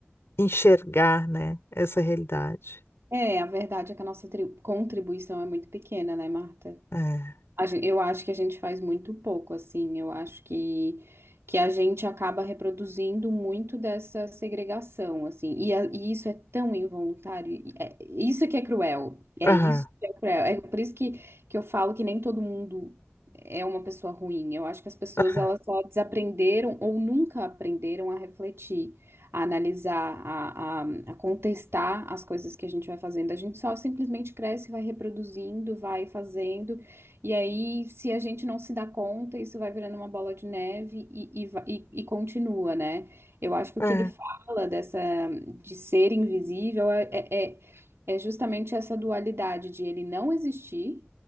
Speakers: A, on the left (about 75°); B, on the right (about 80°).
A: enxergar, né, essa realidade?
B: É, a verdade é que a nossa tri- contribuição é muito pequena, né, Marta?
A: É.
B: A gen- Eu acho que a gente faz muito pouco, assim. Eu acho que, que a gente acaba reproduzindo muito dessa segregação, assim. E, a- e isso é tão involuntário. e é- isso é que é cruel. É
A: Aham,
B: isso que é cruel. É por isso que, que eu falo que nem todo mundo é uma pessoa ruim. Eu acho que as pessoas
A: aham,
B: elas só desaprenderam ou nunca aprenderam a refletir, a analisar, a, a, a contestar as coisas que a gente vai fazendo. A gente só simplesmente cresce, vai reproduzindo, vai fazendo. E aí, se a gente não se dá conta, isso vai virando uma bola de neve e, e, va- e- e continua, né? Eu acho que o
A: é,
B: que ele fala dessa de ser invisível é, é, é é justamente essa dualidade de ele não existir,